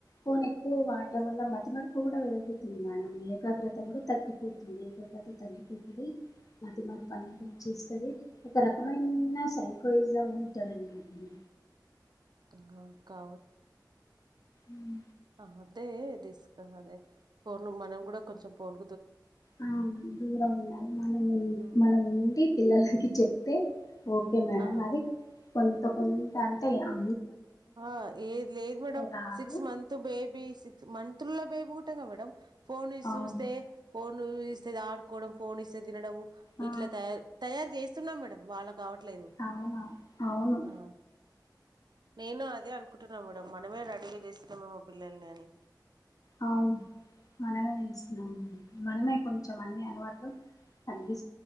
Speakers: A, on the left; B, on the right.
A: ఫోన్ ఎక్కువ వాడడం వల్ల మతి నడుపు కూడా వెేగుతుంది మేడం ఏకాగ్రత కూడా తగ్గి తగ్గిపోతుంది ఏద తతే తగ్గిపోతుంది మతిమారు పని వచ్చేస్తుంది ఒక రకమైన సైకోయిజం ఉంటుంది అన్నమాటండి
B: ఆ
A: ఉమ్
B: ఆహా అంతే తీసుకు అదే ఫోన్ మనం కూడా కొంచెం ఫోన్
A: ఆ దూరం ఉండాలి మనం
B: హ్మ్.
A: మనం ఉండి పిల్లలకి చెప్తే ఓకే మేడం
B: ఆ!
A: అది కొంత కొంత అంటే అ
B: ఆ ఏది లేదు మేడమ్
A: రాదు
B: six month baby six month month బేబీలో పుట్టిన ఉంటా మేడం ఫోన్
A: అవును
B: చూస్తే పోన్ ఫోన్ ఇస్తే ఫోన్ ఇస్తేఆడుకోవడం ఫోన్ ఇస్తే తినడము
A: ఆ
B: ఇట్లా తయారు తయారు చేస్తున్నాం మేడం వాళ్ళ కావట్లేదు
A: అవునా అవును
B: ఆ నేను అదే అనుకుంటున్నాం మేడం మనమే రెడీగా చేస్తున్నాం ఏమో పిల్లల్ని అని
A: అవును మనమే చేసికు మనమే కొంచెం
B: ఆ
A: అన్ని అలవాట్లు తగ్గి